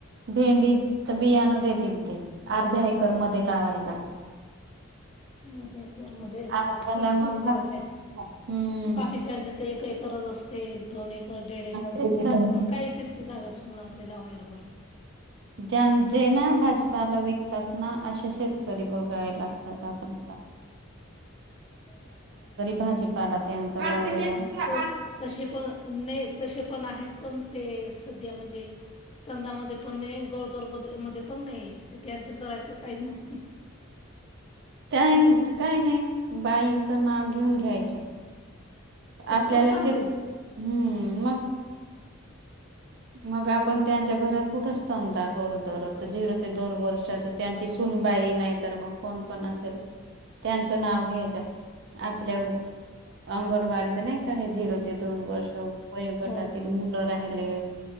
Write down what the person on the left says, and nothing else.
हो देख मध्ये
त्यांचीच
जागा आहे
बाकीच्याचे ते एक एकरच असते दोन एक डेड एकर
मग काय तितकी जागा होणार ते लावायला बरं
<unintelligible>
तसे पण नाही त पण आहेत पण ते सध्या म्हणजे स्कंदामध्ये पण नाही गदर मध्ये पण नाही तर त्यांच करायचं काय मग
तसं
पण चालतील
हो हो